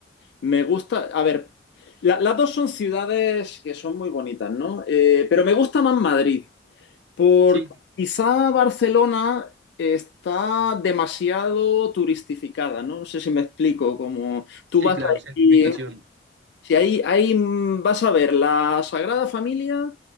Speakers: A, on the left; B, on the right.
A: me gusta, a ver, la- las dos son ciudades que son muy bonitas, ¿no? Eh, pero me gusta más Madrid. Por
B: Sí,
A: quizá Barcelona está demasiado turistificada, ¿no? No sé si me explico, como tú
B: sí,
A: vas
B: claro,
A: aquí
B: certificación.
A: si ahí, ahí mm, vas a ver la Sagrada Familia